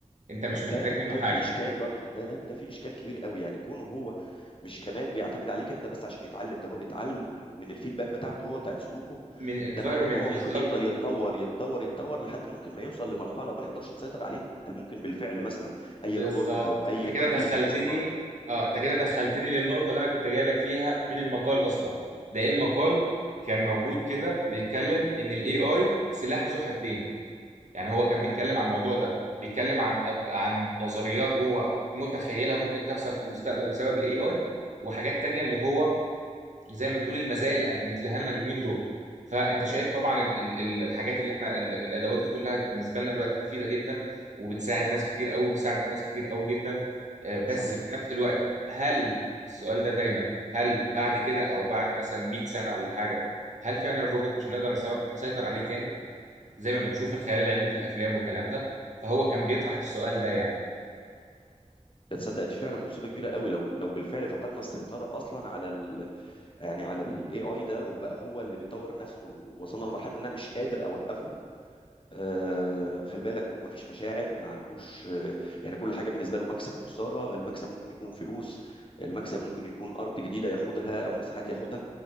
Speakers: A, on the right; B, on the left.
A: انت مش
B: طب
A: محتاج
B: ده طب
A: منه
B: ده
A: حاجه
B: في اشكال برضو ده ده ده في اشكال كبير قوي يعني كونه هو مش كمان بيعتمد عليك انت بس عشان يتعلم ده هو بيتعلم من الفيدباك بتاعته هو بتاعت سلوكه
A: من
B: ده
A: environment
B: معناه ان هو
A: بالظبط
B: ممكن يفضل يتطور يتطور يتطور لحد ممكن ما يوصل لمرحله ما نقدرش نسيطر عليه هل ممكن بالفعل مثلا اي
A: بالظبط
B: روبوت او اي
A: انت كده
B: تطبيق
A: دخلتني
B: ذكاء اصطناعي
A: اه انت كده دخلتني للنقطة اللي انا كنت جاي لك فيها من المقال اصلا ده ايه المقال كان موجود كده بيتكلم ان الاي اي سلاح ذو حدين يعني هو كان بيتكلم عن
B: ايوه
A: الموضوع ده بيتكلم عن عن نظريات هو متخيلها ممكن تحصل في المستقبل بسبب الاي اي وحاجات تانية اللي هو زي ما بتقول المزايا اللي قدمت لها لنا اليومين دول فانت
B: اه
A: شايف طبعا ال- ال- ال- الحاجات اللي احنا ال- الادوات دي كلها بالنسبه لنا دلوقتي مفيده جدا وبتساعد
B: اه
A: ناس
B: اه
A: كتير قوي ساعدت ناس كتير قوي جدا آه، بس
B: صحيح
A: في نفس الوقت هل السؤال ده دايما هل بعد كده او بعد مثلا 100 سنه ولا حاجه هل فعلا الروبوت مش هنقدر نسيطر نسيطر عليه تاني زي ما بنشوف الخيال العلمي في الافلام والكلام ده فهو كان بيطرح السؤال ده يعني
B: ده تصدق دي فعلا مصيبه كبيره قوي لو لو بالفعل فقدنا السيطره اصلا على ال يعني على الاي اي ده وبقى هو اللي بيطور نفسه ووصلنا لمرحله ان انا مش قادر اوقفه آه، خلي بالك هو مفيش مشاعر ما عندوش آه، يعني كل حاجه بالنسبه له مكسب وخساره المكسب ممكن يكون فلوس المكسب ممكن يكون ارض جديده ياخدها او مساحات ياخدها